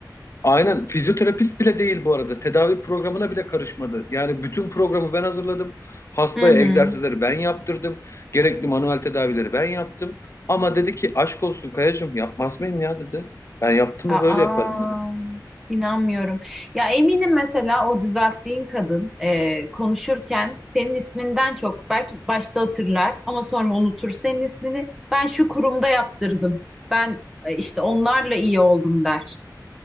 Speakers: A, on the left; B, in the centre.
A: Aynen fizyoterapist bile değil bu arada. Tedavi programına bile karışmadı. Yani bütün programı ben hazırladım. Hastaya
B: <laughs> Hı hı.
A: egzersizleri ben yaptırdım. Gerekli manuel tedavileri ben yaptım. Ama dedi ki aşk olsun Kayacığım yapmaz mıyım ya dedi. Ben yaptım
B: Aa,
A: mı böyle yaparım dedi.
B: inanmıyorum. Ya eminim mesela o düzelttiğin kadın e, konuşurken senin isminden çok belki başta hatırlar ama sonra unutur senin ismini. Ben şu kurumda yaptırdım. Ben e, işte onlarla iyi oldum der.